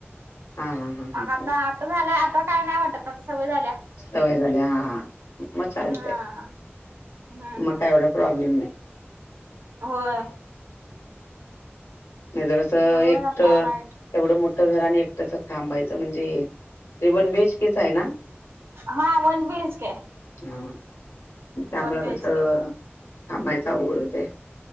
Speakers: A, on the left (about 80°); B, on the right (about 60°).
A: हां हां हां हां
B: मग आता आता झालं आता काय नाही वाटत. आता सवय झाल्या.
A: सवय झाल्या. हा हा म चालतय.
B: हा हम्म हम्म
A: मग काय एवढ प्रॉब्लेम नाही.
B: होय
A: नाही तर अस एक
B: म्हणूनच आता
A: तर
B: नाईट
A: एवढ मोठ घर आणि एकटच थांबायच म्हणजे ते वन बी एच के आहे ना?
B: हां वन बी एच के आहे.
A: त्यामुळ
B: बीएच
A: कस
B: के
A: थांबायच अवघड होतय.